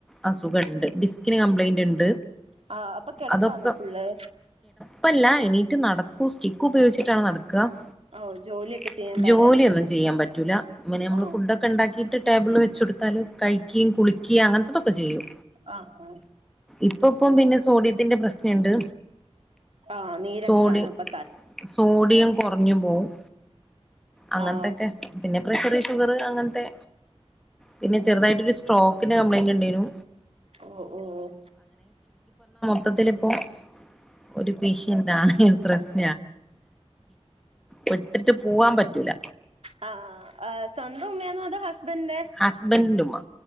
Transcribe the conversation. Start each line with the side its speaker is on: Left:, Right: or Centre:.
Centre: അസുഖണ്ട് ഡിസ്കിന് കംപ്ലൈയിന്റ് ഉണ്ട്
Right: ആ അപ്പൊ കിടപ്പാണോ
Centre: അതൊക്കെ
Right: ഫുള്ള്
Centre: കിടപ്പല്ല എണീറ്റ് നട സ്റ്റിക്ക് ഉപയോഗിച്ചിട്ടാണ് നടക്കുന്നത്
Right: ഓഹ് ജോലിയൊക്കെ
Centre: ടക്ക
Right: ചെയ്യാൻ പാടായിരിക്കുംല്ലേ
Centre: ജോലിയൊന്നും ചെയ്യാൻ പറ്റൂല ഇങ്ങനെ നമ്മള്
Right: ആഹ്
Centre: ഫുഡ്‌ ഒക്കെ ഉണ്ടാക്കിട്ട് ടേബിളിൽ വെച്ചെടുത്താൽ കഴിക്കുകയും കുളിക്കുകയും അങ്ങനത്തതൊക്കെ ചെയ്യും
Right: ആ ആ
Centre: ഇപ്പം ഇപ്പൊ പിന്നെ സോഡിയത്തിന്റെ പ്രശ്നണ്ട്
Right: ആ നീരൊക്കെ
Centre: സോഡി
Right: കാണ പ്പ
Centre: സോഡിയം കുറഞ്ഞു പോവും അങ്ങനത്തൊക്കെ
Right: ആഹ്
Centre: പിന്നെ ചെറിയ ഷുഗർ അങ്ങനത്തെ പിന്നെ ചെറുതായിട്ടൊരു സ്ട്രോക്കിന്റെ കംപ്ലൈന്റ് ഉണ്ടയ്നു
Right: ഓ ഓ ഓ
Centre: മൊത്തത്തിലിപ്പോ ഒരു പേഷ്യന്റാണ് ഇൻട്രസ് <unintelligible> വിട്ടിട്ട് പോവാൻ പറ്റൂല
Right: ആ സ്വന്തം ഉമ്മയന്നോ അതോ ഹസ്ബൻഡന്റെ
Centre: ഹസ്ബൻഡിന്റെ ഉമ്മ